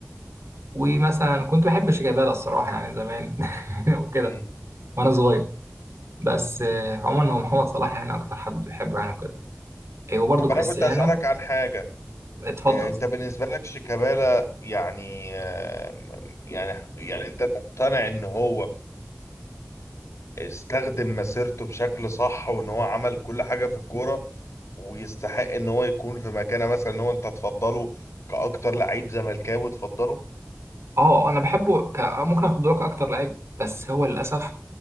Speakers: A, on the right (about 70°); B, on the left (about 80°).
A: ومثلا كنت بحب شيكابالا الصراحة يعني زمان <laughs> وكده
B: مم.
A: وانا صغير بس آه، عموما هو محمد صلاح يعني اكتر حد بحبه يعني وكده إيه، وبرضه
B: طب
A: كريستيانو
B: أنا كنت أسألك عن حاجة
A: اتفضل
B: آه، أنت بالنسبة لك شيكابالا يعني آه، يعني يعني أنت مقتنع إن هو استخدم مسيرته بشكل صح وإن هو عمل كل حاجة في الكورة ويستحق إن هو يكون في مكانة مثلا إن هو أنت تفضله كأكتر لعيب زملكاوي تفضله
A: اه انا بحبه ك... ممكن اخد لك اكتر لعيب بس هو للاسف